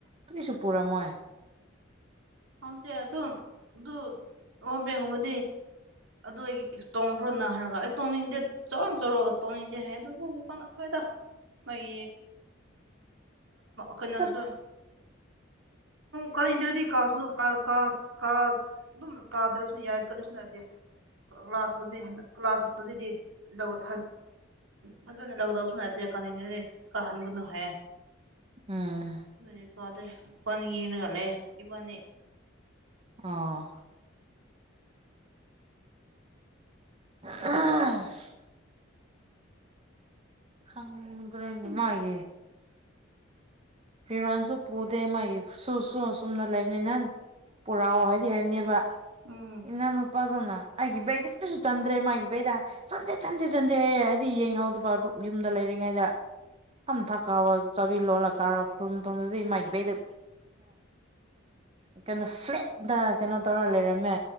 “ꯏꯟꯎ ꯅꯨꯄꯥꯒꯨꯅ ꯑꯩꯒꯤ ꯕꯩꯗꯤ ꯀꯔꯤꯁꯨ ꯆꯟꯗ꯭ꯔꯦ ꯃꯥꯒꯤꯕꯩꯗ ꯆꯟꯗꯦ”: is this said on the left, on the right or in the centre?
Right